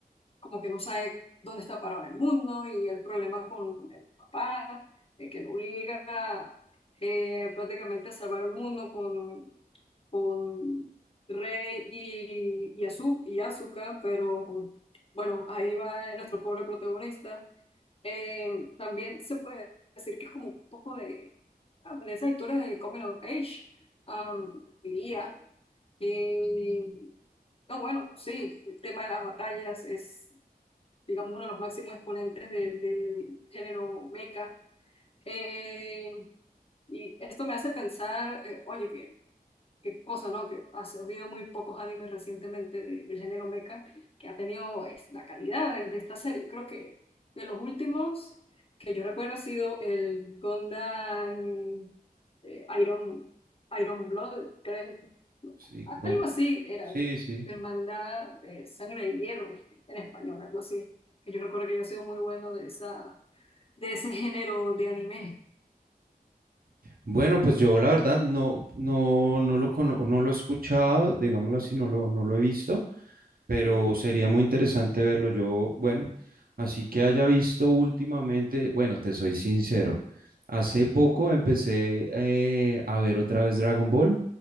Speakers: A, on the left (about 40°); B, on the right (about 70°).
A: como que no sabe dónde está parado el mundo y el problema con, con el papá, eh, que lo obliga eh, prácticamente a salvar el mundo con con Rey y, y, Azu- y Asuka, pero bueno, ahí va nuestro pobre protagonista. Eh, también se puede decir que es como un poco de, ah, de esas historias de Coming of Age, am, diría. Y, no, bueno, sí, el tema de las batallas es, digamos, uno de los máximos exponentes del, del género mecha. Eh, y esto me hace pensar, eh, oye, que qué cosa, ¿no? Que ha habido muy pocos animes recientemente de- del género mecha que ha tenido es, la calidad de, de esta serie. Creo que de los últimos que yo recuerdo ha sido el Gundam eh, Iron, Iron Blood, creo.
B: Sí, go-
A: Algo así era
B: sí,
A: de
B: sí.
A: de Hermandad de Sangre de Hierro en español, algo así. Que yo recuerdo que yo he sido muy bueno de esa, de ese género de anime.
B: Bueno, pues yo la verdad no, no, no lo cono- no lo he escuchado, digámoslo así, no lo, no lo he visto, pero
A: Mm,
B: sería muy interesante verlo. Yo, bueno, así que haya visto últimamente, bueno, te soy sincero, hace poco empecé eh, a ver otra vez Dragon Ball.